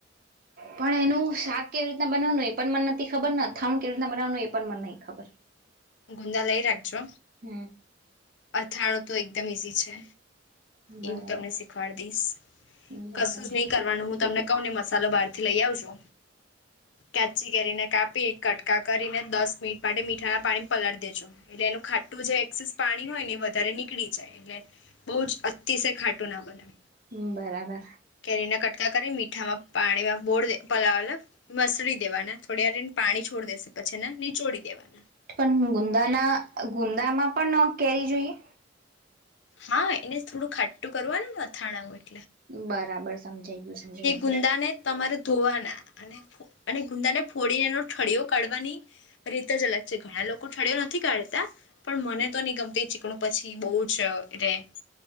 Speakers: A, on the right; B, on the left.
A: પણ એનું શાક કેવી રીતના બનાવવાનું એ પણ મન નથી ખબર અથાણું કેવી રીતના બનાવાનું એ પણ મન નઈ ખબર.
B: ગુડા લઈ રાખ છો.
A: હમ.
B: અથાડો તો એકદમ ઈઝી છે.
A: બરાબર
B: એ હું તમને શીખવાડડી દઈશ,
A: બરાબર
B: કશું જ નહી કરવાનું હું તમને કહું ને મસાલો બહાર થી લઈ આવજો, કાચી કેરીને કાપી કટકા કરીને દસ મિનિટ માટે મીઠા ના પાણી પલળ દે. એટલે એનું ખાટું એક્સ પાણી હોય ને એ વધારે નીકળી જાય, એટલે બહુ જ અતિશય ખાટું ના બને.
A: હમ બરાબર
B: કટકા કરી મીઠામાં પાણીમાં બોળે પલાલા મસરી દેવાના થોડી વાારીને પાણી છોડી દેશે પછી ને નીચોડી દેવાનું.
A: પણ ગુંદાના ગુંદામાં પણ કેરી જોઈએ?
B: હા એને થોડું ખાટું કરવાનું અથાણા હોય.
A: બરાબર સમજાઈ ગયું છે એમ.
B: ગુંદાને તમારે ધોવાના અને અને ગુંદાને ફોડીને એનો ઠળીઓ કાઢવાની, રીત જ અલગ છે ઘણા લોકો ઠળીયો નથી કાઢતા પણ મને તો નહી ગમતી ચીકણું પછી બહુ જ ે <unintelligible>